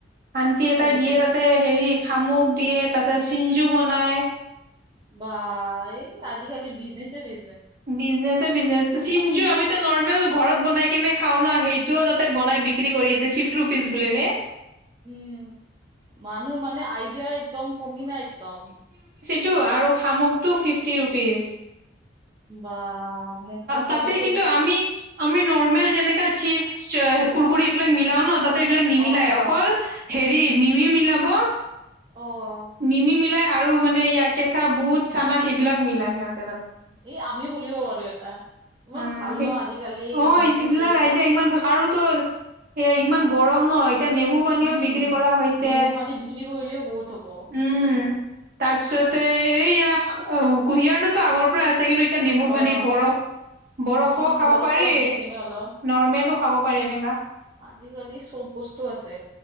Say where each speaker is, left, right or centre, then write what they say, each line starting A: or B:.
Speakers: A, on the right; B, on the right.
A: ভানটি
B: কি
A: এটাই
B: খুলিছে
A: দিয়ে তাতে হেৰি খামুক দিয়ে তাৰপিছত চিঞ্জু বনাই।
B: বা এই আজিকালি বিজনেচ এই বি
A: বিজনেচ এ বিজনেচ চিঞ্জু
B: ইমান
A: আমিতো নৰ্মেল ঘৰত বনাই কিনে খাও ন সেইটোও তাতে বনাই বিক্ৰী কৰি আছে ফিফটি ৰুপিজ বুল ৰে।
B: উম মানুহ মানে আইডিয়া একদম কমি নাই একদম।
A: টো আৰু শামুকটো ফিফটি ৰুপিজ।
B: বা মোকতো
A: তাতে
B: মইতো
A: কিন্তু আমি আমি নৰ্মেল যেনেকা চিপছ কুৰকৰি এইবিলাক মিলাও ন তাতে এইবিলাক নিমিলাই
B: অ', অ',
A: অকল হেৰি মিমি মিলাব
B: অ
A: মিমি মিলাই আৰু মানে এইয়া কেঁচা বুট চানা সেইবিলাক মিলা সিহঁত
B: এ আমিও খুলিব পাৰো এটা। ইমান
A: উম,
B: ভাল ন আজিকালি
A: অ,
B: বিজনেচ
A: এইবিলাক
B: কৰিব।
A: আইডিয়া ইমান ভাল আৰুতো সেয়া ইমান গৰম ন' এতিয়া নেমু পানীও
B: উম।
A: বিক্ৰী কৰা হৈছে,
B: নেমু পানী বিক্ৰী কৰিলেও বহুত হ'ব।
A: উম, উম, তাৰপিছতে এইয়া কুঁহিয়াৰটোতো আগৰ পৰা আছে কিন্তু তিয়া নেমু
B: অ',
A: পানী বৰফ বৰফো
B: উম,
A: খাব
B: বৰফ
A: পাৰি
B: চৰফ দি কিনে অলপ।
A: নৰ্মেলো খাব পাৰি এনেকা।
B: আজিকালি চব বস্তু আছে,